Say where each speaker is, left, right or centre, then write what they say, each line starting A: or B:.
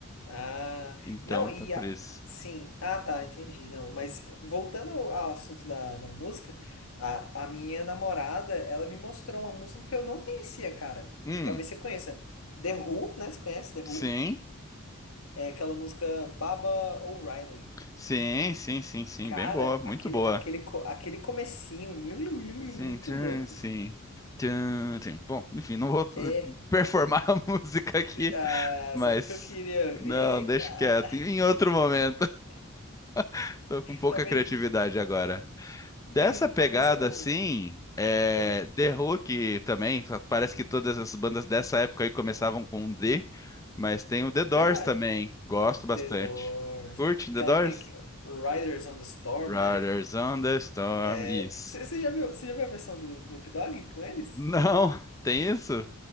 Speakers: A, on the left; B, on the left.
A: Ah,
B: Então,
A: não, e
B: tá por
A: a-
B: isso.
A: sim, ah tá, entendi. Não, mas voltando ao assunto da, da música, a, a minha namorada, ela me mostrou uma música que eu não conhecia, cara.
B: Hum,
A: Talvez você conheça. The Who, né? Você conhece The Who?
B: sim,
A: É aquela música Baba O'Reilly.
B: sim, sim, sim, sim,
A: Cara,
B: bem boa, muito
A: aquele,
B: boa.
A: aquele, co- aquele comecinho, lum, lum, lum,
B: Sim,
A: lum, muito
B: tchan,
A: louco.
B: sim. Tchan, tchan. Bom, enfim, não vou
A: É,
B: performar a <laughs> música aqui,
A: ah,
B: mas
A: só porque eu queria ver,
B: não, deixa
A: cara.
B: quieto. Em outro
A: <laughs>
B: momento, <laughs> tô com pouca
A: Talvez,
B: criatividade agora. Dessa
A: sim,
B: pegada,
A: talvez com...
B: assim, é,
A: Ah,
B: The Hook também, parece que todas as bandas dessa época aí começavam com um D, mas tem o The
A: é
B: Doors
A: verdade.
B: também, gosto bastante.
A: The Doors.
B: Curte The
A: Aquela
B: Doors?
A: que tem aqui, Riders on the Storm,
B: Riders
A: né?
B: on the Storm,
A: É,
B: isso.
A: você já viu, você já viu a versão do Snoop Dogg com eles?
B: <laughs> Não, tem isso?